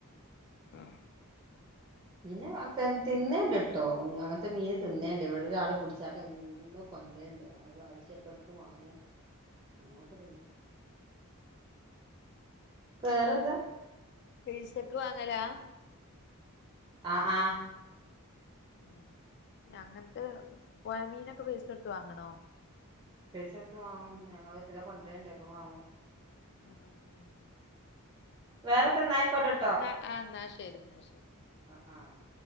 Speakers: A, on the left (about 50°); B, on the right (about 20°).
A: ഉം
B: പിന്നെ വർതൻതിന്നേണ്ട്ട്ടോ മി അങ്ങൻത്തെ മീന് തിന്നേണ്ട് ഇവിടെ ഒരാള് പുടിച്ചാട്ട്ൺ ന്നുകൊൻരേണ്ട് അത് വായിച്ചെടക്കെടക്ക് വാങ്ങും അങ്ങന വേറെന്താ
A: പൈസക്ക് വാങ്ങലാ
B: ആഹ് ആഹ്
A: ഉം ഞങ്ങൻത്തെ പോയ മീനക്കെ പൈസൊട്ത്ത് വാങ്ങണോ
B: പൈസൊട്ത്ത് വാങ്ങും ഞങ്ങള് ഇതിലെ കൊണ്ടരേണ്ട് അപ്പൊ വാങ്ങും
A: ആഹ് ആഹ് ഉം
B: വേറത്തന്നായിക്കോട്ടെ
A: ന്നാ ആഹ് ന്നാ ശരി ന്നാ ശരി
B: ആഹ് ആഹ്